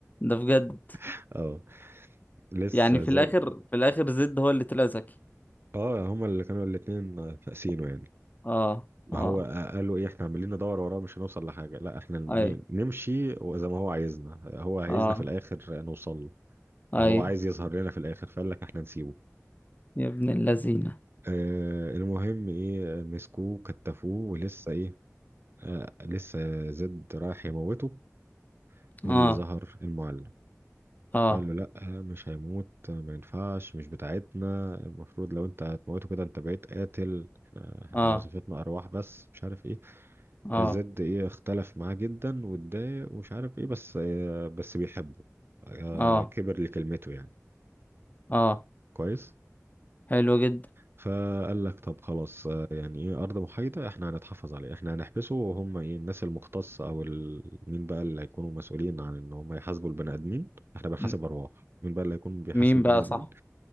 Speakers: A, on the left; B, on the right.
A: ده بجد
B: <laughs> اه لسه
A: يعني في
B: زاد
A: الاخر في الاخر زد هو اللي طلع ذكي
B: اه هما اللي كانوا الاتنين فاسينه يعني
A: اه
B: ما
A: اه
B: هو قالوا ايه احنا عمالين ندور وراه مش هنوصل لحاجة لا احنا ن-
A: اي
B: نمشي زي ما هو عايزنا هو عايزنا
A: اه
B: في الاخر نوصل له
A: ايوه
B: أو هو عايز يظهر لنا في الاخر فقال لك احنا نسيبه
A: يا ابن اللذينه
B: آه المهم ايه مسكوه كتفوه ولسه ايه آه لسه زد رايح يموته مين
A: اه
B: اللي ظهر المعلم
A: اه
B: قال له لا آه، مش هيموت ما ينفعش مش بتاعتنا المفروض لو انت هتموته كده انت بقيت قاتل احنا احنا
A: اه
B: وظيفتنا ارواح بس مش عارف ايه
A: اه
B: زد ايه اختلف معاه جدا واتضايق ومش عارف ايه بس آه بس بيحبه آه
A: اه
B: كبر لكلمته يعني
A: اه
B: كويس
A: حلو جدا
B: فقال لك طب خلاص آه، يعني ايه ارض محايده احنا هنتحفظ عليه احنا هنحبسه وهم ايه الناس المختصه او ال... مين بقى اللي هيكونوا مسؤولين عن ان هم يحاسبوا البني ادمين احنا بنحاسب
A: م-
B: ارواح مين بقى اللي هيكون بيحاسب
A: مين
B: البني
A: بقى
B: ادمين
A: صح